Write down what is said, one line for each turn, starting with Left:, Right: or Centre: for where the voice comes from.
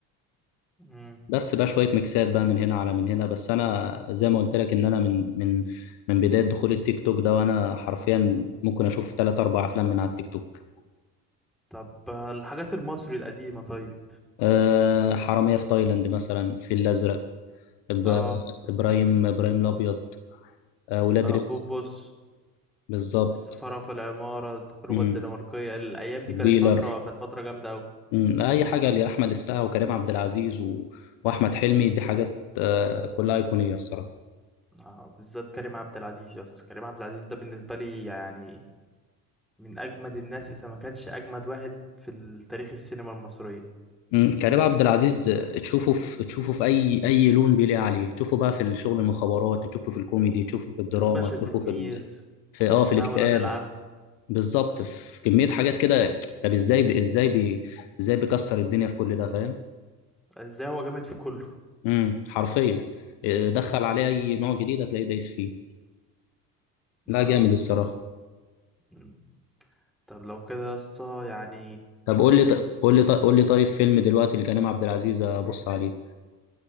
Centre: امم
Left: بس بقى شويه ميكسات بقى من هنا على من هنا بس انا زي ما قلت لك ان انا من من من بدايه دخول التيك توك ده وانا حرفيا ممكن اشوف ثلاث اربع افلام من على التيك توك
Centre: طب آه، الحاجات المصري القديمة طيب
Left: أه حراميه في تايلاند مثلا الفيل الازرق إب-
Centre: اه
Left: ابراهيم ابراهيم الابيض آه، ولاد
Centre: اه
Left: رزق
Centre: بوبوس
Left: بالظبط
Centre: السفارة في العمارة التجربة
Left: مم.
Centre: الدنماركية الأيام دي كانت
Left: ديلر
Centre: فترة كانت فترة جامدة أوي
Left: مم. اي حاجه لاحمد السقا وكريم عبد العزيز و... واحمد حلمي دي حاجات آه، كلها ايقونيه الصراحه
Centre: آه بالذات كريم عبد العزيز يا اسطى كريم عبد العزيز ده بالنسبة لي يعني من اجمد الناس اذا ما كانش اجمد واحد في ال- تاريخ السينما المصرية
Left: مم. كريم عبد العزيز آه، تشوفه في تشوفه في اي اي لون بيليق عليه تشوفه بقى في الشغل
Centre: مم.
Left: المخابرات تشوفه في الكوميدي تشوفه في الدراما
Centre: الباشا تلميذ
Left: تشوفه في ال... في اه
Centre: وبتاع
Left: في الاكتئاب
Centre: ولاد العم
Left: بالظبط في كمية حاجات كده طب ازاي ب... ازاي ب... ازاي بيكسر الدنيا في كل ده فاهم
Centre: ازاي هو جامد في كله
Left: امم حرفيا آه، دخل
Centre: امم
Left: عليه اي نوع جديد هتلاقيه دايس فيه لا
Centre: اه
Left: جامد الصراحة
Centre: مم. طب لو كده يا اسطى يعني
Left: طب قول لي ط- قول لي ط- قول لي طيب فيلم دلوقتي لكريم عبد العزيز ابص عليه